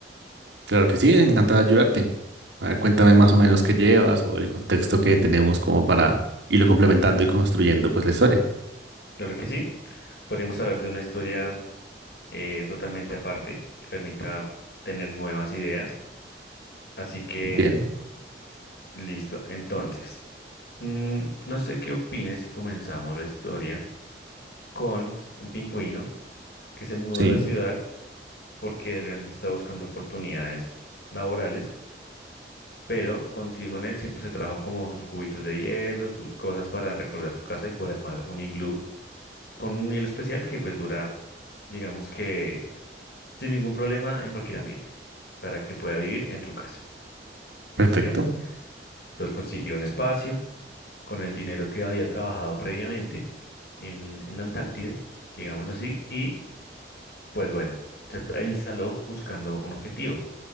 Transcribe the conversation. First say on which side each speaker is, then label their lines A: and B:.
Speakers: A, on the right; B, on the left.
A: Claro que sí, encantado de ayudarte. A ver, cuéntame más o menos qué llevas o el contexto que tenemos como para irlo complementando y construyendo pues la historia.
B: Claro que sí, podríamos hablar de una historia eh, totalmente aparte que permita tener nuevas ideas. Así que,
A: Bien,
B: listo. Entonces. Mm, no sé qué opines si comenzamos la historia con un pingüino que se mudó
A: sí,
B: a la ciudad porque realmente estaba buscando oportunidades laborales, pero con Tigonet siempre se trajo como sus cubitos de hielo, sus cosas para recordar su casa y poder armar un iglú con un hielo especial que pues dura, digamos que sin ningún problema en cualquier ambiente para que pueda vivir en su casa.
A: perfecto.
B: Sin em- Entonces consiguió un espacio con el dinero que había trabajado previamente en, en la Antártida, digámoslo así, y pues bueno, se p- instaló buscando un objetivo.